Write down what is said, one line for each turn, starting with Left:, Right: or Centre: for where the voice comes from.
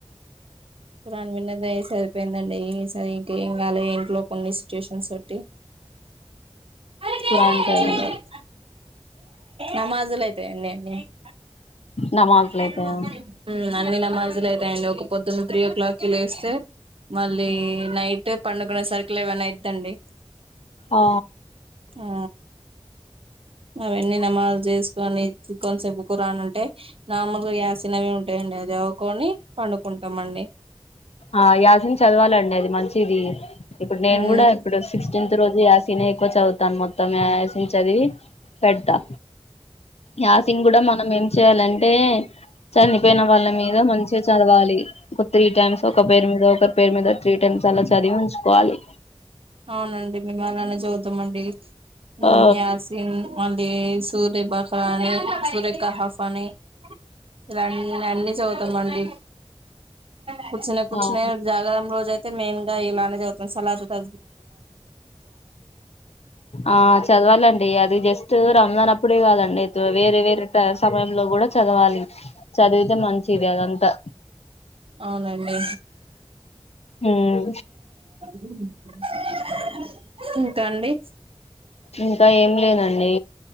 Right: ఖురాన్ మిందే దయ్ సరపోయిందండి సరే ఏంటి ఏం కాలే ఎం ప్రూఫ్ ఉంది సిచ్యుయేషన్స్ తొట్టి అరేయ్
Left: ఖురాన్ చదవం
Right: నమస్ ఎట్ అండి <inaudible>
Left: నమాజ్లయితయా
Right: <unintelligible> అన్న నమస్లు అయితయి అండి ఒక పొద్దున్న త్రీ ఓ క్లాక్ లేస్తే మళ్ళీ నైట్ పండుకునే సరికి లెవెన్ అయిదండి
Left: ఆ
Right: ఆ అవ్వని నామజ్ లు చేసుకొని చుక్కల్ సపు కూరను ఉంటే నార్మల్ గా గ్యాసినవి ఉంటాయండి అది సదువుకొని పండుకుంటామండి
Left: ఆ యాసిన్ చదవాలండి అది మంచిది ఇప్పుడు నేను
Right: ఉమ్
Left: కూడా ఇప్పుడు సిక్స్టెంత్ నుండి యాసిన్ నీ చవుతాను మొత్తం అస్టిస్ట్ చదివి పెడ్తా యాసింగ్ కూడా మనం ఏం చేయాలంటే చనిపోయిన వాళ్ళ మీద మంచిగా చదవాలి త్రీ టైమ్స్ ఒక పేరు మీద ఒకరి పేరు మీద త్రీ టైమ్స్ అలా చదివి హూ కోవాలి
Right: అవునండి మేము అలానే చదుతాం అండి హుమ్మ్
Left: ఆ
Right: యాసిన్ మళ్ళీ సూర్య బకా అని సూర్యకా పని ఇలాన్నీ అన్ని చదుతాం అండి కూర్చునే కూర్చునే
Left: అవును
Right: జాగరం రోజ అయితే మెయిన్ ఇలానే సదవుతా సంత్కాలి
Left: ఆ చదవాలండి అది జస్ట్ రంజాన్ అప్పుడే కాదండి వేరే వేరే సమయంలో కూడా చదవాలి చదివితే మంచిది అదంతా
Right: అవునండి.
Left: ఉమ్
Right: <inaudible> ఇంకా అండి
Left: ఇంకా ఏం లేదండి